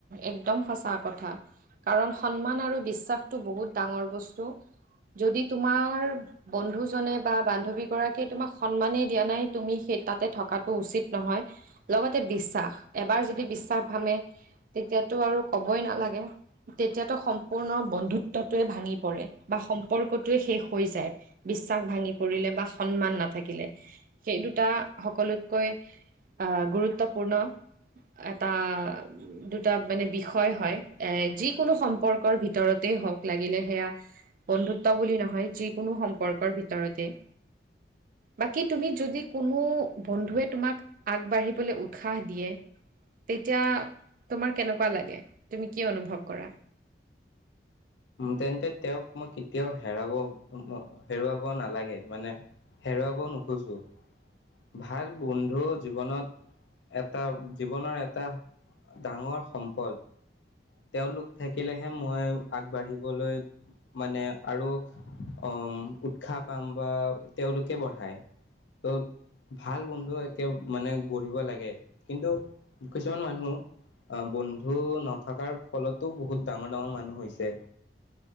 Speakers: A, on the right (about 50°); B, on the left (about 85°).
A: একদম সঁচা কথা। কাৰণ সন্মান আৰু বিশ্বাসটো বহুত ডাঙৰ বস্তু যদি তোমাৰ বন্ধুজনে বা বান্ধৱী গৰাকীয়ে তোমাক সন্মানেই দিয়া নাই তুমি সেই তাতে থকাটো উচিত নহয়। লগতে বিশ্বাস, এবাৰ যদি বিশ্বাস ভাঙে তেতিয়াতো আৰু ক'বই নালাগে। তেতিয়াতো সম্পূৰ্ণ বন্ধুত্বটোৱে ভাঙি পৰে বা সম্পৰ্কটোৱে শেষ হৈ যায়। বিশ্বাস ভাঙি পৰিলে বা সন্মান নাথাকিলে, সেই দুটা সকলোতকৈ আহ' গুৰুত্বপূৰ্ণ এটা দুটা মানে বিষয় হয়, এ যিকোনো সম্পৰ্কৰ ভিতৰতেই হওক লাগিলে সেয়া বন্ধুত্ব বুলি নহয়, যিকোনো সম্পৰ্কৰ ভিতৰতেই। বাকী তুমি যদি কোনো বন্ধুৱে তোমাক আগবাঢ়িবলৈ উৎসাহ দিয়ে, তেতিয়া তোমাৰ কেনেকুৱা লাগে। তুমি কি অনুভৱ কৰা।
B: তেন্তে তেওঁক মই কেতিয়াও হেৰাব, হেৰুৱাব নালাগে মানে হেৰুৱাব নোখোজোঁ। ভাল বন্ধু জীৱনত এটা, জীৱনৰ এটা ডাঙৰ সম্পদ। তেওঁলোক থাকিলেহে মই আগবাঢ়িবলৈ মানে আৰু উম, উৎসাহ পাম বা তেওঁলোকে বঢ়ায়। ত' ভাল বন্ধু একে মানে, গঢ়িব লাগে। কিন্তু কিছুমান মানুহ আহ বন্ধু নথকাৰ ফলতো বহুত ডাঙৰ ডাঙৰ মানুহ হৈছে।